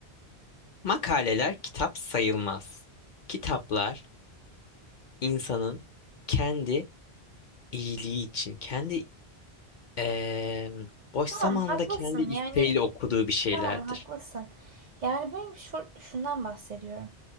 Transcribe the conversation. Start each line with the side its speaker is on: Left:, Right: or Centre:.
Left: Makaleler kitap sayılmaz. Kitaplar insanın kendi iyiliği için, kendi eee, boş
Right: Tamam
Left: zamanında
Right: haklısın
Left: kendi isteğiyle
Right: yani
Left: okuduğu bir şeylerdir.
Right: tamam haklısın. Yani benim şu, şundan bahsediyorum.